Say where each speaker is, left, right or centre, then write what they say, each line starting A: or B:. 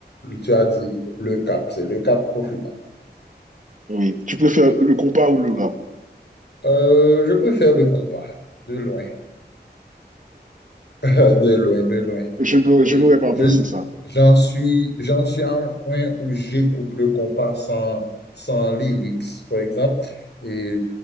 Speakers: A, on the left; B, on the right.
A: tu as dit le cap, c'est le cap profit.
B: oui. Tu préfères le compas ou le rap?
A: Euh, je préfère le compas, de loin, <laughs> de loin, de loin.
B: Je, n'aurais-
A: Parce
B: je
A: que
B: n'aurais pas
A: Je,
B: pensé ça.
A: j'en suis, j'en suis à un point où j'écoute le compas sans, sans lyrics, par exemple. Et